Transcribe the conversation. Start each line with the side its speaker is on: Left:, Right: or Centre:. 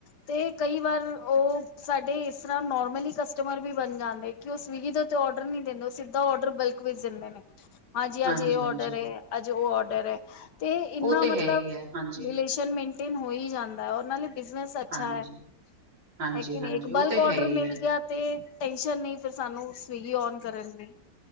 Left: ਤੇ ਕਈ ਵਾਰ ਉਹ ਸਾਡੇ ਇਸ ਤਰ੍ਹਾਂ ਨੋਰਮਲੀ ਕਸਟਮਰ ਵੀ ਬਣ ਜਾਂਦੇ ਕਿ ਉਹ ਸਵਿਗੀ ਦੇ ਉੱਤੇ ਰਡਰ ਨਹੀਂ ਦਿੰਦੇ ਸਿੱਧਾ ਰਡਰ ਬਲਕ ਵੀ ਦਿੰਦੇ ਨੇ ਹਾਂਜੀ-ਹਾਂਜੀ
Right: ਹਾਂਜੀ
Left: ਇਹ ਔਡਰ
Right: ਹਾਂਜੀ
Left: ਜ ਉਹ ਔਡਰ ਹੈ ਤੇ ਇਨਾ
Right: ਉਹ ਤੇ
Left: ਮਤਲਬ
Right: ਹੈ ਹੀ ਹੈ ਹਾਂਜੀ
Left: ਰਿਲੇਸ਼ਨ ਮੇਨਟੇਨ ਹੋ ਹੀ ਜਾਂਦਾ ਹੈ। ਉਹਨਾਂ ਲਈ ਬਿਜਨਸ ਅੱਛਾ
Right: ਹਾਂਜੀ
Left: ਹੈ।
Right: ਹਾਂਜੀ-ਹਾਂਜੀ
Left: ਹੈਕ ਨਹੀਂ ਇੱਕ
Right: ਉਹ
Left: ਬਲਕ
Right: ਤੇ
Left: ਔਡਰ
Right: ਹੈ ਹੀ
Left: ਮਿਲ
Right: ਹੈ,
Left: ਗਿਆ। ਤੇ ਟੈਨਸ਼ਨ ਨਹੀਂ ਫਿਰ ਸਾਨੂੰ ਸਵੀਗੀ ਔਨ ਕਰਨ ਦੀ